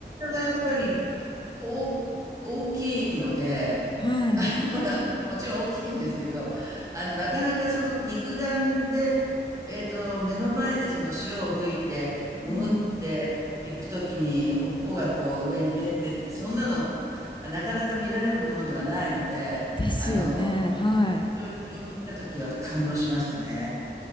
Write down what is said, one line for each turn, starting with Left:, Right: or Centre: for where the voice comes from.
Right: れがやっぱりお大きいので、
Left: はい。
Right: あのもちろん大きいんですけど、あの、なかなかその肉眼で、えっと、目の前でその潮を吹いて、潜っていくときに、
Left: うん。
Right: 尾っぽがこう上に出てって、そんなの、なかなか見られるものではないので、
Left: ですよね。
Right: あの、
Left: はい。
Right: 非常にそれを見たときは感動しましたね。